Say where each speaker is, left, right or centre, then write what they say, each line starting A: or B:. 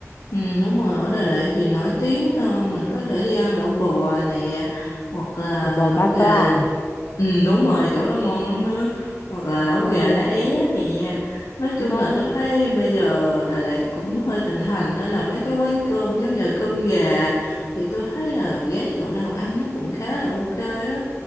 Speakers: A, on the left; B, on the left.
A: ừ, đúng rồi ở Đà Lạt thì nổi tiếng ờ, mình có thể đi ăn lẩu bò nè hoặc là
B: Lẩu bò
A: lẩu
B: ba
A: gà
B: À, toa à?
A: Ừ đúng rồi chỗ đó ngon lắm á Hoặc là lẩu
B: trời
A: gà
B: ơi.
A: lá é nè Nói chung
B: ngon
A: là tôi thấy bây giờ Đà Lạt cũng hơi thịnh hành Đó là mấy cái quán cơm giống như cơm gà Thì tôi thấy là ghé chỗ nào ăn nó cũng khá là ok á